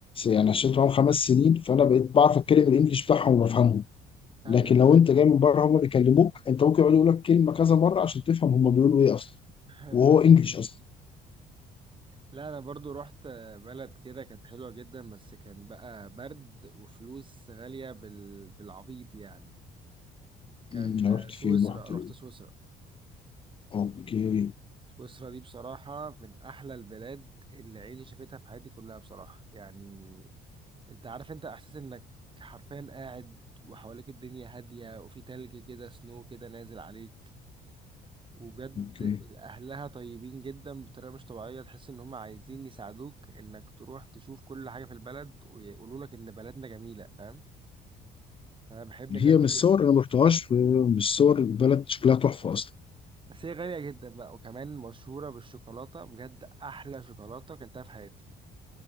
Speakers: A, on the left; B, on the right.
A: يعني اشتغلت معاهم خمس سنين فأنا بقيت بعرف أتكلم الإنجليش بتاعهم وبفهمه
B: ايوه
A: لكن
B: فاهم
A: لو انت جاي من بره هم بيكلموك انت ممكن يقعدوا يقول لك كلمه كذا مره عشان تفهم هم بيقولوا ايه اصلا
B: <laughs> ايوه
A: وهو انجلش اصلا
B: لا انا برضو رحت بلد كده كانت حلوة جدا بس كان بقى برد وفلوس غالية بال... بالعبيط يعني كان
A: مم. انا امم رحت
B: سويسرا
A: فين رحت
B: رحت
A: ايه
B: سويسرا
A: اوكي
B: سويسرا دي بصراحة من أحلى البلاد اللي عيني شافتها في حياتي كلها بصراحة يعني أنت عارف أنت إحساس إنك حرفيا قاعد وحواليك الدنيا هادية وفي تلج كده سنو كده نازل عليك وبجد
A: اوكي
B: أهلها طيبين جدا بطريقة مش طبيعية تحس إن هم عايزين يساعدوك إنك تروح تشوف كل حاجة في البلد ويقولوا لك إن بلدنا جميلة فاهم أنا بحب
A: هي
B: الناس دي
A: من الصور
B: جدا
A: انا ما رحتهاش من الصور البلد شكلها تحفه اصلا
B: بس هي غالية جدا بقى وكمان مشهورة بالشوكولاتة بجد أحلى شوكولاتة أكلتها في حياتي